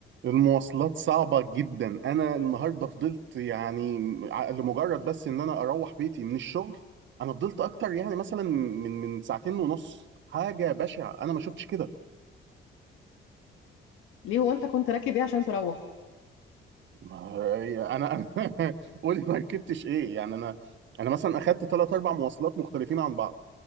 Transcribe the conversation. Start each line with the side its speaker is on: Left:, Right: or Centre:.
Right: المواصلات صعبة جدا أنا النهاردة فضلت يعني ع- لمجرد بس إن أنا أروح بيتي من الشغل أنا فضلت أكتر يعني مثلا من من ساعتين ونص حاجة بشعة أنا ما شفتش كده
Left: ليه هو انت كنت راكب ايه عشان تروح
Right: ما- أنا أنا <laughs> قولي ما ركبتش إيه يعني أنا أنا مثلا أخدت ثلاث أربع مواصلات مختلفين عن بعض